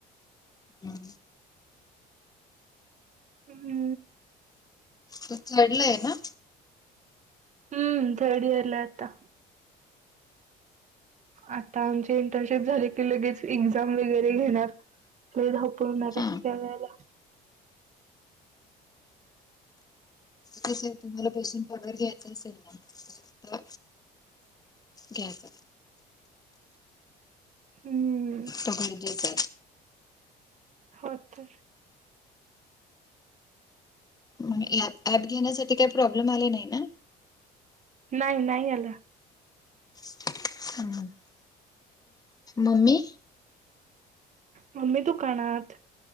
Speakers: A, on the left (about 20°); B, on the right (about 40°).
A: हम
B: हम हम
A: तू चडलंय ना
B: हम्म धडीला आता आता आमची इंटर्नशिप झाले की लगेच एक्झाम वगैरे घेणार व धावपळ होणार
A: हा
B: आहे स वळेला
A: कसं आहे तुम्हाला बसून पगार घ्यायचा असेल ना घ का
B: हम्म
A: तर भरजेच
B: हो तर
A: मग ऍप घेण्यासाठी काही प्रॉब्लेम आले नाही ना
B: नाही नाही आला
A: हम मम्मी
B: मम्मी तू काणात